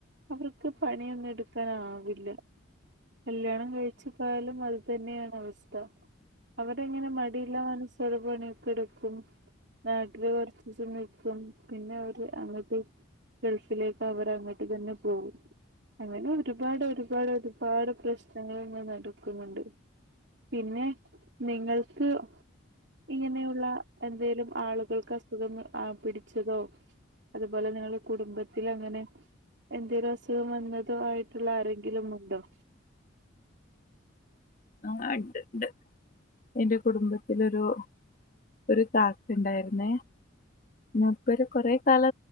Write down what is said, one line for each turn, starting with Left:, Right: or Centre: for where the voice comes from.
Right: അവർക്ക് പണിയൊന്നും എടുക്കാനാവില്ല കല്യാണം കഴിച്ചു പോയാലും അത് തന്നെയാണ് അവസ്ഥ അവരെങ്ങനെ മടിയില്ല മനസോടെ പണിയൊക്കെ എടുക്കും നാട്ടില് കുറച്ച് ദിവസം നിൽക്കും പിന്നെ അവര് അങ്ങത്തെ ഗൾഫിലേക്ക് അവർ അങ്ങോട്ട് തന്നെ പോകും അങ്ങനെ ഒരുപാട് ഒരുപാട് ഒരുപാട് പ്രശ്നങ്ങൾങ്ങെ നടക്കുന്നുണ്ട് പിന്നെ നിങ്ങൾക്ക് ഇങ്ങനെയുള്ള എന്തേലും ആളുകൾക്ക് അസുഖം പിടിച്ചതോ അതുപോലെ നിങ്ങൾ കുടുംബത്തിൽ അങ്ങനെ എന്തെങ്കലും അസുഖം വന്നതോ ആയിട്ടുള്ള ആരെങ്കിലും ഉണ്ടോ
Left: ആഹ് ഉണ്ട്ണ്ട് ൻ്റെ കുടുംബത്തിലൊരു ഒരു കാക്ക ഉണ്ടായിരുന്നേ മൂപ്പര് കുറെ കാല